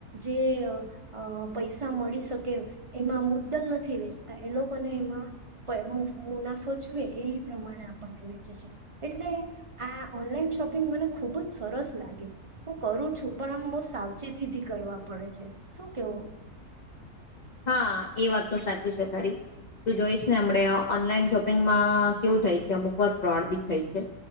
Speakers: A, on the right; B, on the left.
A: જે અ પૈસા મળી શકે એમાં મુદ્દલ નથી વેચતા, એ લોકોને એમાં પ મુનાફો જ યે એ પ્રમાણે આપણને વેચે છે એટલે આ ઓનલાઈન શોપિંગ મને ખુબ જ સરસ લાગે, હું કરું છું પણ આમ બઉ સાવચેતીથી કરવા પડે છે, શું કેવો
B: હા એ વાત તો સાચી છે તારી, તું જોઈશ ને અમણે ઓનલાઈન શોપિંગમાં કેવું થાય છે અમુક વાર ફ્રોડ બી થાય છે